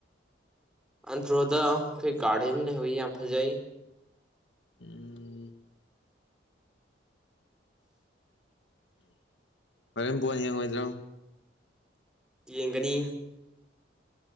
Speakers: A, in the centre; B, on the left.
A: ꯑꯟꯇ꯭ꯔꯣꯗ ꯈꯣꯏ ꯒꯥꯔꯗꯦꯟ ꯂꯩꯍꯧꯋꯤ ꯌꯥꯝ ꯐꯖꯩ
B: ꯎꯝ ꯍꯣꯔꯦꯟ ꯕꯣꯜ ꯌꯦꯡꯉꯣꯏꯗ꯭ꯔꯣ
A: ꯌꯦꯡꯒꯅꯤ